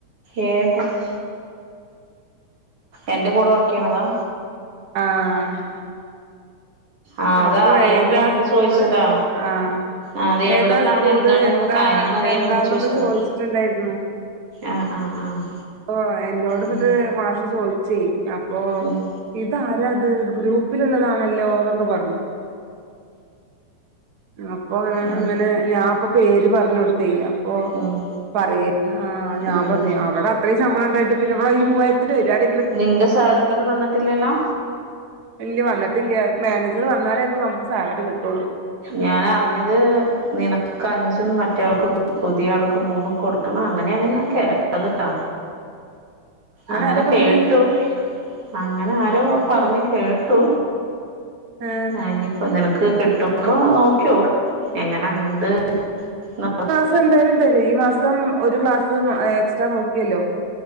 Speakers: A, on the right; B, on the right.
A: ഏ ഫസ് എന്റെ കൂടെ വർക്ക് ചെയ്യണതാ?
B: ആഹ്
A: ആഹ് അത്
B: അപ്പൊ
A: അറിയാൻ
B: ഏതാ
A: വേണ്ടിട്ട്
B: സ്കൂള്?
A: ചോദിച്ചതാ
B: ആഹ്
A: ആഹ് അത് എവിടന്നാണ്
B: ഏതാ സ്കൂള്
A: എന്താണെന്നുള്ള
B: എന്താ
A: കാര്യങ്ങൾ അറിയാൻ
B: എന്താന്നൊക്കെ
A: വേണ്ടി ചോദിച്ചതാ
B: ചോദിച്ചിട്ടുണ്ടായിരുന്നു.
A: ആഹ് ആഹ് ആഹ്
B: ഓ! എന്നോട്ന്നിട്ട്
A: ഉം
B: മാഷ് ചോയി ചെയ്, അപ്പോ
A: ഉം
B: ഇതാരാത് ഗ്രൂപ്പിലുള്ളതാണല്ലോന്ന് ക്കെ പറഞ്ഞു. അപ്പൊ ഞാൻ
A: ഉം
B: ഇങ്ങനെ ഞാൻ പ്പൊ പേര് പറഞ്ഞ് കൊടുത്തെ. അപ്പൊ
A: ഉം ഉം
B: പറയേ ആ ഞാൻ
A: ഉം
B: പറഞ്ഞ് അവ്ടെ അത്രയും ശമ്പളംണ്ടായിട്ട് പിന്നെവിടെ ഈ മുവായിരത്തിന് വരോ ആരേ
A: നിന്റെ സാലറി തന്നിട്ടില്ലല്ലോ?
B: ഇല്ല വന്നിട്ടില്ല മാനേജർ വന്നാലേ ഇപ്പൊ നമ്മക്ക് സാലറി കിട്ടുള്ളൂ.
A: ഞാൻ അറിഞ്ഞത് നിനക്ക് അഞ്ചും മറ്റയാൾക്ക് പുതിയാൾക്ക് മൂന്നും കൊടുക്കണം അങ്ങനെയാണ് ഞാൻ കേട്ടത് ട്ടാ അങ്ങനെ
B: ആരാ
A: കേട്ടു.
B: പറഞ്ഞ്
A: അങ്ങനെ ആരോ പറഞ്ഞ് കേട്ടു.
B: ഏ
A: ഞാൻ ഇഞ്ഞ്പ്പോ നിനക്ക് ക്ക്-കിട്ടുമ്പോ നോക്കിയോക്ക് എങ്ങനെ ഇണ്ട്ന്ന്
B: ച്ച് എന്തായാലും തരും, ഈ മാസം ഒരു ക്ലാസ് എക്സ്ട്രാ നോക്കിയല്ലോ.